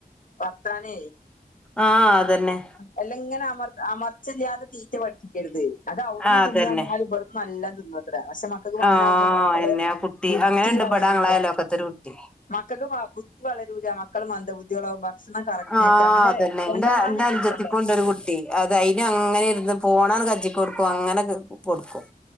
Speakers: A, on the left; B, in the centre.
A: വർത്താനേ
B: ആഹ് അതന്നെ
A: അല്ല ഇങ്ങനെ അമർ അമർ ച്ചല്ലാതെ തീറ്റ പഠപ്പിക്കരുത് അത് അവിടുന്ന്
B: ആഹ്
A: തിന്ന്ന്ന
B: അതന്നെ
A: എന്നാലും ഇവിടു നല്ലാം തിന്ന പക്ഷെ മക്കൾ അങ്ങനെ
B: ആഹ്
A: ആകുമ്പ അത്രരെ
B: എന്നെ ആ കുട്ടി
A: ബുദ്ധി
B: അങ്ങനെണ്ട്
A: വളരല്ല
B: ഇവിടെ ഞങ്ങളെ അയലോക്കത്തൊരു കുട്ടി
A: മക്കക്ക് വ ബുദ്ധി വളരൂല മക്കള് മന്ദബുദ്ധികളാവും ഭക്ഷണം കറക്റ്റായിട്ടങ്ങനെ
B: ആഹ് അതന്നെ
A: കണ്ടമാനം
B: എന്റെ എന്റെ അനുജത്തിക്കും
A: കേൾക്കൻ പാടില്ല
B: ഉണ്ട് ഒരു കുട്ടി അത് അയിന് അങ്ങനെ ഇരുന്ന് പോണാണ് കജ്ജിക്കോട്ക്ക് അങ്ങനെ കൊടുക്കും